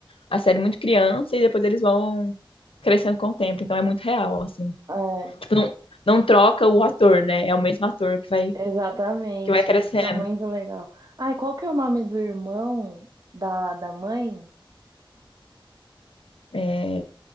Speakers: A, on the left; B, on the right.
A: a série muito criança e depois eles vão crescendo com o tempo. Então é muito real, assim.
B: é.
A: Tipo, não, não troca o ator, né? É o mesmo ator que vai
B: Exatamente,
A: que vai crescendo.
B: isso fica muito legal. Ai, qual que é o nome do irmão da, da mãe?
A: É,